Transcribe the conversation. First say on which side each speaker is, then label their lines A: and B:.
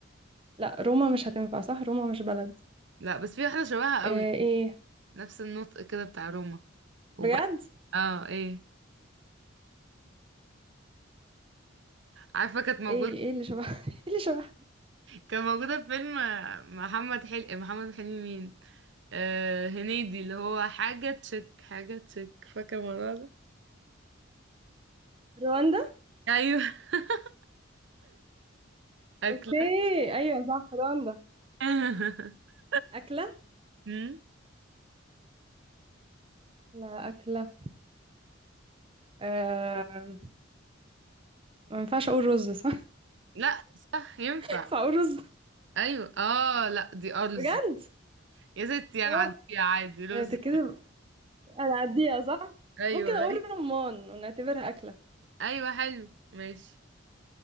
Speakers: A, on the right; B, on the right.
A: لا روما مش هتنفع صح روما مش بلد
B: لا بس في واحدة شبهها
A: آه،
B: قوي
A: ايه
B: نفس النطق كده بتاع روما وبلد
A: بجد
B: اه ايه عارفة كانت موجودة
A: ايه ايه اللي شبه <laughs> ايه اللي شبه
B: كان موجودة في فيلم محمد حلمي محمد حلمي مين آه هنيدي اللي هو حاجة تشك حاجة تشك فاكرة الموضوع ده
A: رواندا
B: أيوه <laughs> أكلة
A: اوكي ايوه صح رواندا
B: <laughs>
A: اكله
B: مم؟
A: لا اكله آه... ما ينفعش اقول رز صح <laughs>
B: لا صح ينفع
A: ينفع اقول رز
B: أيوه اه لا دي أرز
A: بجد
B: يا ستي
A: اه
B: أنا عادية عادي رز
A: أنا بتتكلم انا عديها صح
B: أيوه
A: ممكن اقول
B: أيوه
A: رمان ونعتبرها اكله
B: أيوه، حلو ماشي